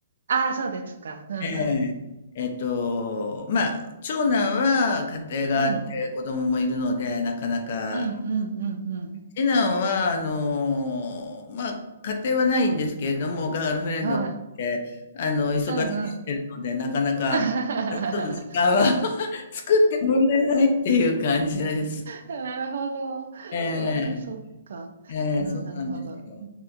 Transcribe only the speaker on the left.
えええっと、まあ、長男は家庭があって子供もいるので、
なかなか
次男は、あのーまあ、家庭はないんですけれども、ガールフレンドがいて、
あの、忙しくしてるので、
なかなか、
その時間は <laughs> 作ってもらえないっていう感じです。
ええ
ええそうなんですよ。